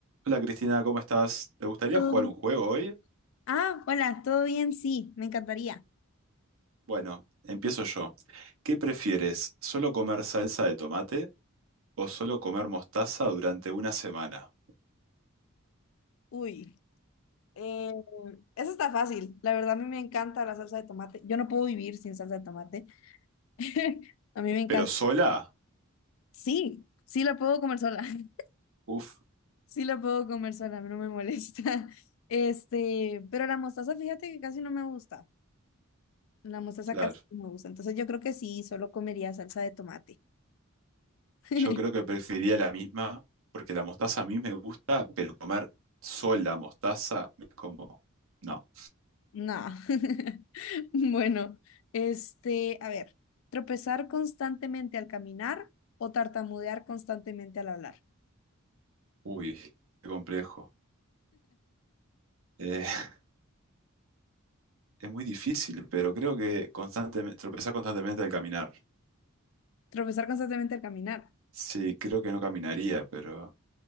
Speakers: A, on the right; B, on the left.
A: Hola Cristina, ¿cómo estás? ¿Te gustaría
B: Todo
A: jugar
B: bien.
A: un juego hoy?
B: Ah, hola, ¿todo bien? Sí, me encantaría.
A: Bueno, empiezo yo. ¿Qué prefieres? ¿Solo comer salsa de tomate o solo comer mostaza durante una semana?
B: Uy, eh, eso está fácil. La verdad, a mí me encanta la salsa de tomate. Yo no puedo vivir sin salsa de tomate. <laughs> A mí me encanta.
A: ¿Pero sola?
B: Sí, sí la puedo comer sola. <laughs>
A: Uf,
B: Sí la puedo comer sola, no me molesta. <laughs> Este, pero la mostaza, fíjate que casi no me gusta. La mostaza
A: claro.
B: casi no me gusta. Entonces yo creo que sí, solo comería salsa de tomate. <laughs>
A: Yo creo que preferiría la misma porque la mostaza a mí me gusta, pero comer sola mostaza es como... No.
B: No. <laughs> Bueno, este, a ver, tropezar constantemente al caminar o tartamudear constantemente al hablar.
A: Uy, qué complejo. Eh, <laughs> es muy difícil, pero creo que constantemente, tropezar constantemente al caminar.
B: Tropezar constantemente al caminar.
A: Sí, creo que no caminaría, pero...